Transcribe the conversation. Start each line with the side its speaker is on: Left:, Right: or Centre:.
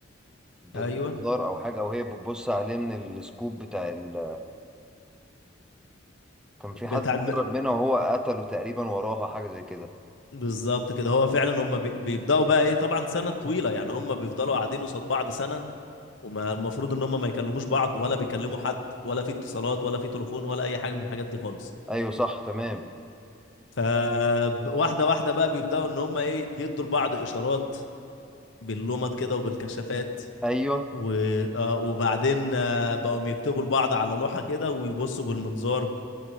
Centre: بمنظار
Left: ايوه
Centre: او حاجة او هي بتبص عليه من السكوب بتاع ال... <laughs> كان في حد
Left: بتاع
Centre: مقرب
Left: الم...
Centre: منها وهو قتله تقريبا وراها حاجة زي كده
Left: بالظبط كده هو فعلا هم بي... بيبداوا بقى ايه طبعا سنة طويلة يعني هم بيفضلوا قاعدين قصاد بعض سنة وما المفروض ان هم ما يكلموش بعض ولا بيكلموا حد ولا في اتصالات ولا في تليفون ولا اي حاجة من الحاجات دي خالص
Centre: ايوه صح تمام
Left: فواحدة واحدة بقى بيبدأوا إن هم إيه <laughs> يدوا لبعض إشارات باللمض كده وبالكشافات
Centre: ايوه
Left: و... آه، وبعدين آه، بقوا يكتبوا لبعض على لوحة كده ويبصوا بالمنظار